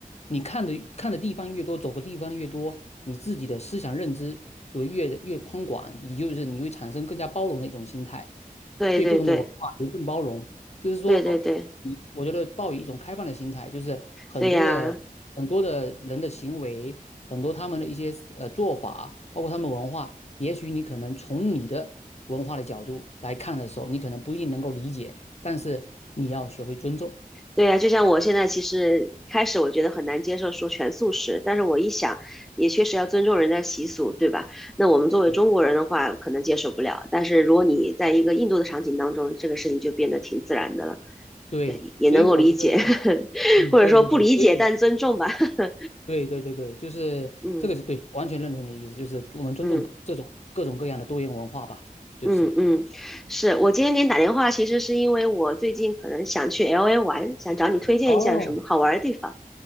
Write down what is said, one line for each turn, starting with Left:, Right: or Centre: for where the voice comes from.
Left: 你看的看的地方越多，走的地方越多，你自己的思想认知就越越宽广，也就是你会产生更加包容的一种心态，
Centre: 对对对。
Left: 对不同的文化也更包容。就是说，
Centre: 对对对
Left: 你我觉得抱以一种开放的心态，就是很多的很多的人的行为，
Centre: 对呀，
Left: 很多他们的一些呃做法，包括他们文化，也许你可能从你的文化的角度来看的时候，你可能不一定能够理解。但是你要学会尊重。
Centre: 对呀，就像我现在其实开始我觉得很难接受说全素食，但是我一想，也确实要尊重人家习俗，对吧？那我们作为中国人的话，
Left: 对，
Centre: 可能接受不了，但是如果你在一个印度的场景当中，这个事情就变得挺自然的了，
Left: 对，
Centre: 对，也能够理解，
Left: 所以我觉得就是，
Centre: <laughs>
Left: 嗯，
Centre: 或者说不理解但尊重吧，
Left: 对对对，所以
Centre: <laughs>
Left: 对对对对，就是这个是对，
Centre: 嗯
Left: 完全认同你的意思，就是我们尊重这种各种各样的多元文化吧，
Centre: 嗯。
Left: 就是。
Centre: 嗯嗯，是我今天给你打电话，其实是因为我最近可能想去 LA 玩，想找你推荐一下有什么好玩的地方。
Left: 哦，